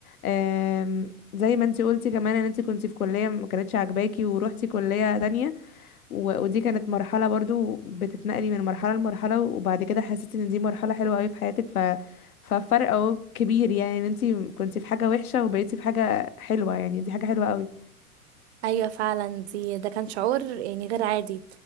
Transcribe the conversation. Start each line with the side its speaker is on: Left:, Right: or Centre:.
Left: أم، زي ما انتي قلتي كمان ان انتي كنتي في كليه ما كانتش عاجباكي وروحتي كليه تانية و- ودي كانت مرحلة برضو بتتنقلي من مرحلة لمرحلة وبعد كده حسيتي ان دي مرحلة حلوة قوي في حياتك ف ففرق اهو كبير يعني ان انتي كنتي في حاجة وحشة وبقيتي في حاجة حلوة يعني دي حاجة حلوة قوي
Right: ايوه فعلا دي ده كان شعور يعني غير عادي